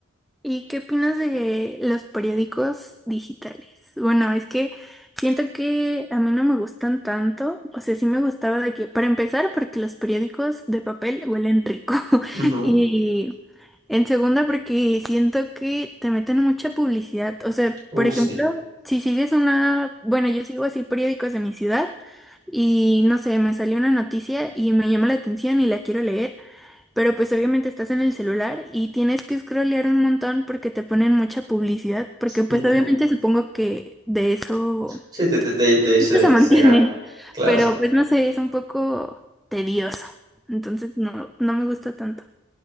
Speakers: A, in the centre; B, on the right (about 20°).
A: ¿Y qué opinas de los periódicos digitales? Bueno, es que siento que a mí no me gustan tanto, o sea, sí me gustaba de que, para empezar, porque los periódicos de papel huelen rico <laughs>
B: Ujú.
A: y en segunda porque siento que te meten mucha publicidad, o sea,
B: Uh,
A: por ejemplo,
B: sí.
A: si sigues una, bueno, yo sigo así periódicos de mi ciudad y no sé, me salió una noticia y me llama la atención y la quiero leer. Pero pues obviamente estás en el celular y tienes que scrollear un montón porque te ponen mucha publicidad, porque pues
B: Ujú.
A: obviamente supongo que de eso,
B: Sí, de, de, de- de ahí se,
A: eso se mantienen,
B: se gana, claro.
A: pero pues no sé, es un poco tedioso, entonces no, no me gusta tanto.